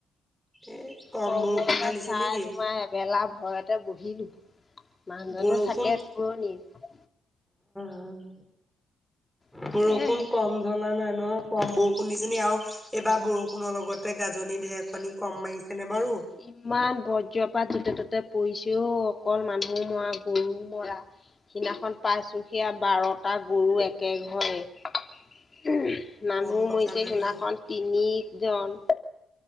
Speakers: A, in the centre; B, on the left.
A: এই কম
B: চবতে
A: বৰষুণ ঢালিছে
B: চাই
A: নেকি
B: তোমাৰ এবেলা ভয়তে বহিলো মানুহজনো
A: বৰষুণ
B: থাকে দূৰণিত
A: অহ,
B: তাকেহে
A: বৰষুণ কম ধলা নাই নহয় কম বৰষুণ দিছে নি আৰু এইবাৰ বৰষুণৰ লগতে গাজনি ঢেৰকনি কম মাৰিছে নে বাৰু
B: ইমান বজ্ৰপাত যতে ততে পৰিছে অ অকল মানুহ মৰা গৰু মৰা সেইদিনাখন পাইছোঁ সেয়া বাৰটা গৰু একে ঘৰে উমহ, মানুহ
A: কম কথা
B: মৰিছে
A: নে
B: সেইনাখন
A: বাৰু
B: তিনি জন